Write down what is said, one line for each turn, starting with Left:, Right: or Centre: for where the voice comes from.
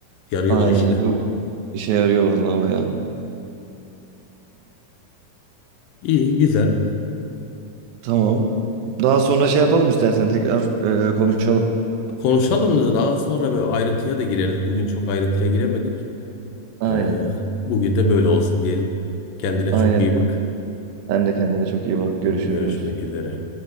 Left: Yarıyordur
Right: Aynen
Left: işine.
Right: yavrum işe yarıyor vallahi bayağı.
Left: İyi güzel.
Right: Tamam. Daha sonra şey yapalım istersen tekrar e, konuşalım.
Left: Konuşalım da daha sonra böyle ayrıntıya da gireriz. Bugün çok ayrıntıya giremedik.
Right: Aynen.
Left: Ee, bugün de böyle olsun diyelim. Kendine
Right: Aynen.
Left: çok iyi bak.
Right: Sen de kendine çok iyi bak. Görüşürüz.
Left: Görüşmek üzere.